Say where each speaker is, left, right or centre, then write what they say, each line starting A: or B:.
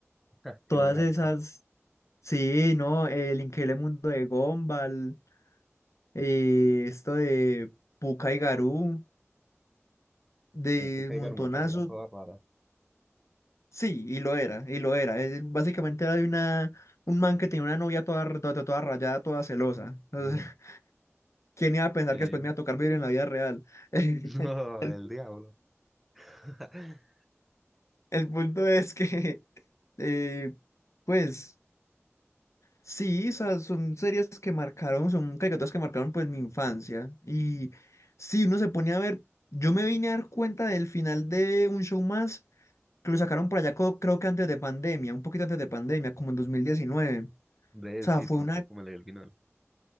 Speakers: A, in the centre; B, on the left.
A: <laughs> Tío
B: todas
A: Grampa.
B: esas, sí, ¿no? El increíble mundo de Gumball. eh, esto de Pucca y Garú, de
A: En época Edgar
B: Montonazo,
A: me parecía toda rara.
B: sí, y lo era, y lo era. Es- básicamente era de una, un man que tenía una novia toda, r- toda, toda rayada, toda celosa. Entonces,
A: Mm,
B: <laughs> ¿quién iba a pensar
A: Sí.
B: que después me iba a tocar vivir en la vida real? <laughs> El,
A: <laughs> No, el diablo. <laughs>
B: el punto es que, eh, pues, sí, o sea, son series que marcaron, son caricaturas que marcaron pues mi infancia. Y si uno se ponía a ver, yo me vine a dar cuenta del final de Un Show Más que lo sacaron por allá, co- creo que antes de pandemia, un poquito antes de pandemia, como en 2019. O
A: Ve,
B: sea,
A: sí,
B: fue
A: tampoco
B: una,
A: me leí el final.